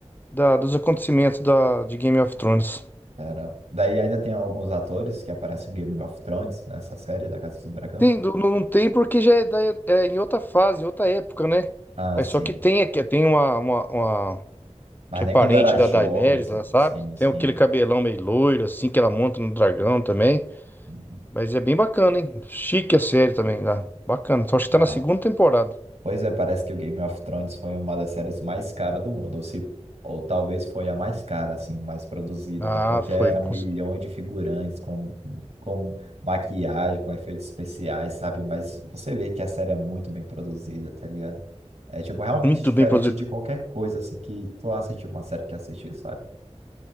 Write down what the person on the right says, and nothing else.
Caramba. Daí ainda tem alguns atores que aparecem em Game of Thrones, nessa série da Casa do Dragão.
Ah,
sim.
Mas
nem
quando era
jovem,
assim.
Sim,
sim.
Uhum.
Não.
Pois é, parece que o Game of Thrones foi uma das séries mais caras do mundo, ou se, ou talvez foi a mais cara, assim, mais produzida,
né? Porque
era
milhões de figurantes com, com maquiagem, com efeitos especiais, sabe? Mas você vê que a série é muito bem produzida, tá ligado? É, tipo, realmente
diferente
de qualquer coisa, assim, que tu assistiu uma série que assistiu, sabe?